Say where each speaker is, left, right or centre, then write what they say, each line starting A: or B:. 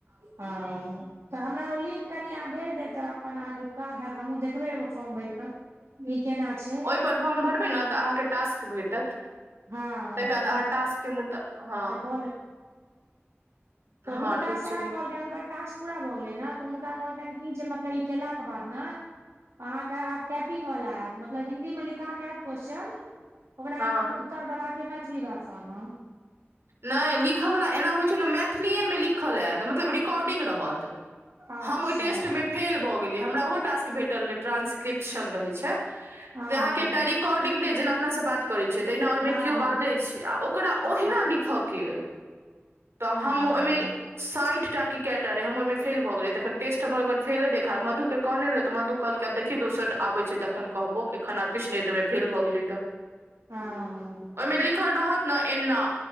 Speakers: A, on the right; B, on the right.
A: हँ तऽ हमरा ओ लिंक कनि आहाँ भेज देव तऽ अपन अहाँके उपकार हैतत हमहूँ देखबै फॉर्म भरि कऽ ई केना छै
B: ओहिपर फॉर्म भरबै न तऽ अहाँके टास्क भेटत
A: हँ
B: तई आ टास्क त हँ
A: त
B: हँ
A: हुनका
B: ठीक
A: सए
B: छै नीक।
A: कहलकैन कल क टास्क पूरा भऽ गेलै न तऽ हुनका कहलकनि क जे मतलब ई केलाक के बाद न अहाँकेँ आब टैपिंग वला आयत मतलब हिन्दीमे लिखा क आयत क्वेश्चन ओकरा
B: हँ
A: अहाँके उत्तर देबाक य मैथिली भाषामे
B: नहि लिखयवला एना होइ छै न मैथिलीए मे लिखल यात मतलब रेकोडिंग रहत
A: अच्छा
B: हम ओय टेस्ट मे फेल भऽ गेलियै हमरा ओहो टास्क भेटल रहै ट्रांस्क्रिप्शन रहै छै
A: हँ
B: जे अहाँ
A: हँ
B: केटारी काॅडिंग दे जेना अपना सब जेना अपना सब बात छै तहिना ओहिमे
A: हँ
B: केओ
A: हँ
B: बाजै छै आ ओकरा
A: हँ
B: ओहिना खके तऽ हम
A: हँ
B: ओहिमे साइठटा कएटा रहै हम ओहिमे फेल भऽ गेलै तखन टेस्ट हम ओकर फेले देखाब मधुकेँ कहने रह तऽ मधु कहलक आब देखी दोसर आबै छै तऽ एखन कहबो एखन आब किछ नहि तहिमे फेल भऽ गेलै तऽ
A: हँ
B: ओहिमे लिखल रहत न एना